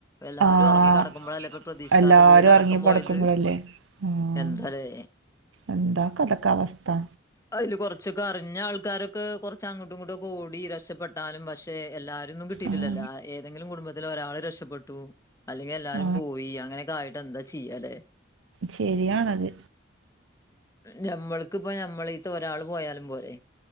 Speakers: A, on the left; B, on the right.
A: എല്ലാരും
B: ആഹ്
A: ഉറങ്ങി കിടക്കുമ്പോഴല്ല ഇപ്പ പ്രതീക്ഷിക്കാതെ
B: എല്ലാരും
A: വീടടക്കം
B: ഒറങ്ങി പടക്കുമ്പളല്ലേ
A: പോയത്
B: ആഹ്
A: എന്താലേ
B: എന്താ കഥകാവസ്ഥ
A: അതില് കുറച്ചൊക്കെ അറിഞ്ഞ ആൾക്കാരൊക്കെറച്ച് അങ്ങോട്ടും ഇങ്ങോട്ടുംക്കെ ഓടി രക്ഷപ്പെെട്ടാലും പക്ഷെ പക്ഷെ എല്ലാരിം ഒന്നും കിട്ടീട്ടില്ലല്ലോ
B: അങ്ങോട്ടും
A: ഏതെങ്കിലും കുടുംബത്തില് ഒരാള് രെഷപ്പെട്ടു അല്ലെങ്കി എല്ലാരും
B: എല്ലാർക്കും കിട്ടിയിട്ടില്ലല്ലോ ഏതെങ്കിലും കുടുംബത്തില് ഒരാള് രക്ഷപ്പെട്ടു ബാക്കി
A: പോയി അങ്ങനെക്കെ ആയിട്ട് എന്താ ചെയ്യലേ
B: ശെരിയാണത്
A: ഞമ്മൾക്കിപ്പം ഞമ്മളീത്തെ ഒരാള് പോയാലും പോരെ